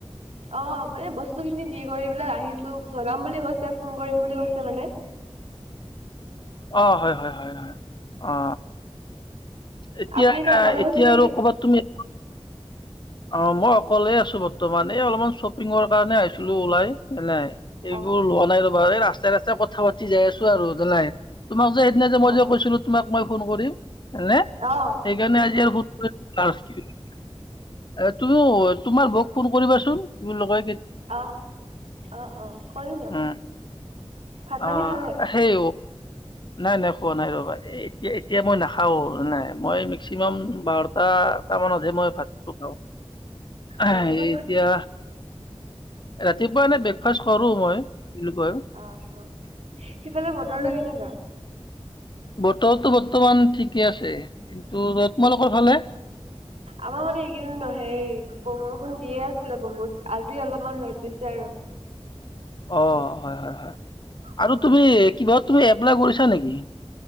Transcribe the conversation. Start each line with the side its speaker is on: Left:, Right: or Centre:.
Right: অ মানে বস্তু খিনি দি কৰিবিলাক আহিছো। জনাম বুলি কৈছে ফোন কৰিম বুলি কৈছে মানে,
Left: অ হয় হয় হয় হয় অ। এতিয়া
Right: আপুনি অকলে
Left: এতিয়া
Right: গৈছে নেকি
Left: আৰু কবাত তুমি? অ মই অকলে আছো বৰ্তমান, এই অলপমান শ্বপিঙৰ কাৰণে আহিছিলো ওলাই ন নাই, সেইবোৰ
Right: অ
Left: লোৱা নাই ৰবা এই ৰাস্তাই ৰাস্তাই কথা পাতি যাই আছো আৰু নাই তোমাক যে আ যে মই
Right: অ
Left: যে কৈছিলো তোমাক মই ফোন কৰিম হে
Right: অ
Left: সেইকাৰণে
Right: উম
Left: আজি
Right: উম
Left: আৰু ফোন কৰি, তুমি তোমাৰ বক ফোন কৰিবাচোন তুমি লগাই
Right: অ অ অ কৰিম দিয়ক।
Left: উম
Right: ভাত পানী
Left: অ
Right: খালে
Left: সেই' নাই নাই খোৱা নাই ৰবা, এতিয়া এতিয়া মই নাখাও নাই মই মেক্সিমাম বাৰটা তাৰ মমানত যে মই ভাতটো খাওঁ। এতিয়া
Right: ৰাতিপুৱা কি খালে
Left: ৰাতিপুৱা। ৱ এনে ব্ৰেকফাষ্ট কৰো মই বুলি কয়।
Right: অ', অ', সেইফালে বতৰটো
Left: উম
Right: কেনেকুৱা?
Left: বতৰটো বৰ্তমান ঠিকে আছে। কিন্তু তোমালোকৰ ভালে?
Right: আমাৰ মানে এইকেইদিনহে বৰষুণ দিয়ে আছিলে বহুত আজি অলপমান ৰ'দ দিছে।
Left: <inaudible>
Right: আৰু।
Left: অ হয় হয় হয়
Right: উম,
Left: আৰু তুমি কিবা তুমি এপ্লাই কৰিছা নেকি?